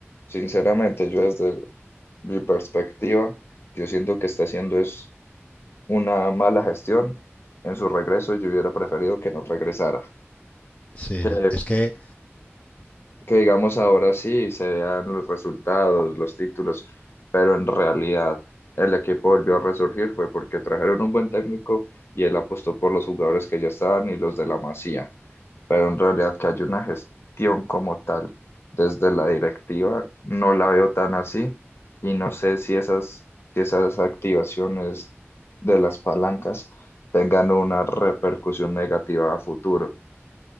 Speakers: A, on the left; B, on the left.
A: Sinceramente, yo desde mi perspectiva, yo siento que está haciendo es una mala gestión en su regreso, yo hubiera preferido que no regresara.
B: Sí,
A: Que,
B: no. Es que,
A: que digamos ahora sí se vean los resultados, los títulos, pero en realidad el equipo volvió a resurgir fue porque trajeron un buen técnico y él apostó por los jugadores que ya estaban y los de la Masía pero en realidad que hay una gestión como tal desde la directiva, no la veo tan así y no sé si esas, si esas activaciones de las palancas tengan una repercusión negativa a futuro.